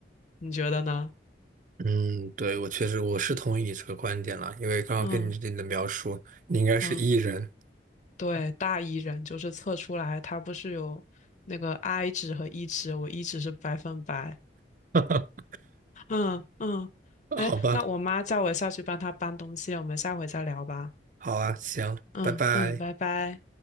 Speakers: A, on the left; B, on the right.
A: 你觉得呢？
B: 嗯，对，我确实我是同意你这个观点了，因为刚刚跟你你的描述，
A: 嗯
B: 你应该是
A: 嗯。
B: E 人，
A: 对，大 E 人就是测出来，他不是有那个 I 值和 E 值，我 E 值是百分百。
B: <laughs>
A: 嗯嗯，
B: 好吧，
A: 哎，那我妈叫我下去帮她搬东西，我们下回再聊吧。
B: 好啊，行，
A: 嗯嗯，
B: 拜拜。
A: 拜拜。